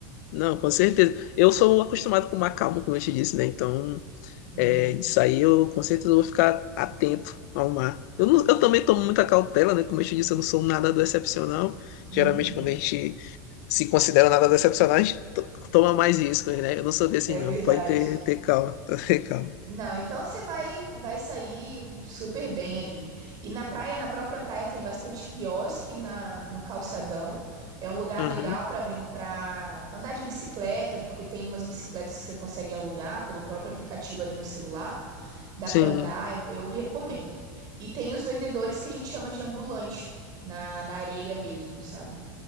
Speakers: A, on the left (about 65°); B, on the right (about 45°).
A: não, com certeza. Eu sou acostumado com o mar calmo, como eu te disse, né? Então,
B: Uhum,
A: é, disso aí eu com certeza vou ficar atento ao mar. Eu, não-
B: sim.
A: eu também tomo muita cautela, né? Como eu te disse, eu não sou um nadador excepcional.
B: Uhum,
A: Geralmente, quando a gente se considera um nadador excepcional, a gente to- toma mais riscos, né? Eu não sou desses,
B: é
A: não.
B: verdade.
A: Pode ter, ter calma, <laughs> ter calma.
B: Não, então você vai vai sair super bem ali. E na praia, na própria praia tem bastante quiosque na, no calçadão. É um lugar
A: Aham,
B: legal para para andar de bicicleta, porque tem umas bicicletas que você consegue alugar pelo próprio aplicativo ali no celular. Dá
A: Sim.
B: para andar, é- eu recomendo. E tem os vendedores que a gente chama de ambulante na, na areia mesmo, sabe?